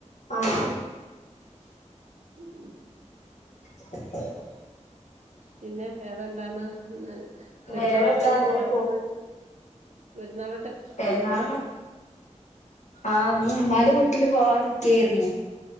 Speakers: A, on the left (about 70°); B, on the right (about 70°).
A: <unintelligible> ആഹ്
B: ഉം
A: ആ
B: പിന്നെ വേറെ എന്താണ് പെരുന്നാളായിട്ട്
A: വേറെന്താ
B: എങ്ങും
A: അങ്ങനെ
B: പോകാത്തതെന്ത് പെരുന്നാൾ
A: എന്നാ ആഹ ഉമ്മാടന്റെ വീട്ടില് പോവാനിക്കെയായിരുന്നു